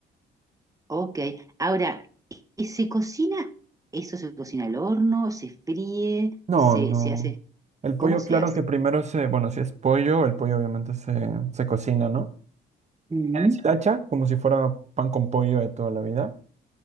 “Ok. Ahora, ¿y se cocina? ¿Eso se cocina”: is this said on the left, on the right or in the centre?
Right